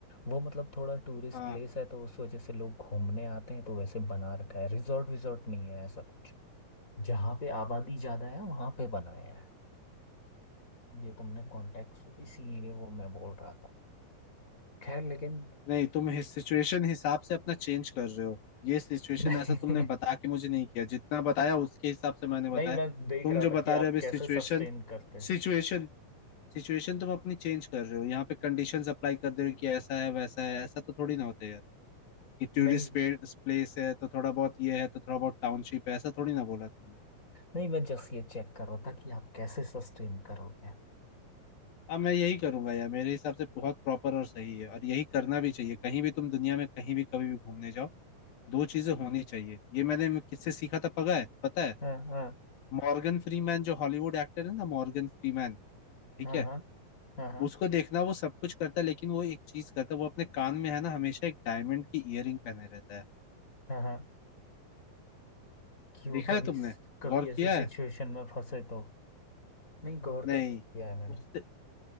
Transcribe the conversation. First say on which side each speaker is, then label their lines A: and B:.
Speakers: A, on the left; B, on the left.
A: वो मतलब थोड़ा टूरिस्ट
B: हाँ
A: प्लेस है तो उस वजह से लोग घूमने आते हैं तो वैसे बना रखा है रिजॉर्ट विजॉर्ट नहीं है ऐसा कुछ जहाँ पे आबादी ज़्यादा है वहाँ पे बनाया है ये तुमने कॉन्टेक्स्ट इसीलिए वो मैं बोल रहा था खैर लेकिन
B: नहीं तुम सिचुएशन हिसाब से अपना चेंज कर रहे हो ये सिचुएशन
A: नहीं
B: ऐसा
A: <laughs>
B: तुमने बता के मुझे नहीं किया जितना बताया उसके हिसाब से मैंने बताया
A: नहीं मैं देख
B: तुम
A: रहा
B: जो
A: था
B: बता
A: कि
B: रहे
A: आप
B: हो अभी
A: कैसे
B: सिचुएशन
A: सस्टेन करते हैं।
B: सिचुएशन सिचुएशन तुम अपनी चेंज कर रहे हो यहाँ पे कंडीशंस अप्लाई कर दे रहे हो कि ऐसा है वैसा है ऐसा तो थोड़ी ना होता है यार कि टूरिस्ट
A: नहीं
B: प्लेस है तो थोड़ा बहुत ये है तो थोड़ा बहुत टाउनशिप है ऐसा थोड़ी ना बोला तुमने
A: नहीं मैं जस्ट ये चेक कर रहा था कि आप कैसे सस्टेन करोगे
B: अब मैं यही करूंगा यार मेरे हिसाब से बहुत प्रॉपर और सही है और यही करना भी चाहिए कहीं भी तुम दुनिया में कहीं भी कभी भी घूमने जाओ दो चीजें होनी चाहिए ये मैंने किससे सीखा था पता है पता है
A: हाँ हाँ
B: मॉर्गन फ्रीमैन जो हॉलीवुड एक्टर है ना मॉर्गन फ्रीमैन ठीक
A: हाँ
B: है
A: हाँ हाँ हाँ
B: उसको देखना वो सब कुछ करता है लेकिन वो एक चीज करता है वो अपने कान में है ना हमेशा एक डायमंड की इयररिंग पहने रहता है
A: हाँ हाँ कि वो
B: देखा
A: कभी
B: है तुमने
A: कभी
B: गौर
A: ऐसी
B: किया
A: सिचुएशन
B: है
A: में फंसे तो नहीं गौर
B: नहीं
A: तो नहीं किया है मैंने
B: उससे